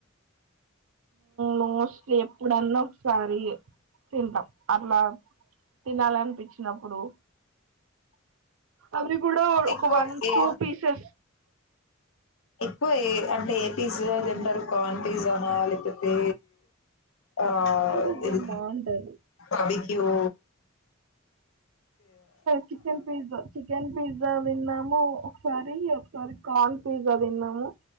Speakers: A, on the right (about 70°); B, on the left (about 70°).
A: మోస్ట్లీ ఎప్పుడన్నా ఒకసారి తింటాం అట్లా తినాలనిపించినప్పుడు అవి కూడా ఒక
B: ఎక్కువ
A: వన్
B: ఏ
A: టూ పీసెస్
B: ఎక్కువ ఏ అంటే ఏ పిజ్జా తింటారు కార్న్ పిజ్జానా లేకపోతే ఆ
A: చికెన్ పిజ్జా
B: ఇది
A: బాగుంటది
B: అ అవి ఇగో
A: chicken pizza chicken pizza విన్నాం మేము ఒకసారి ఒకసారి కార్న్ పిజ్జా తిన్నాము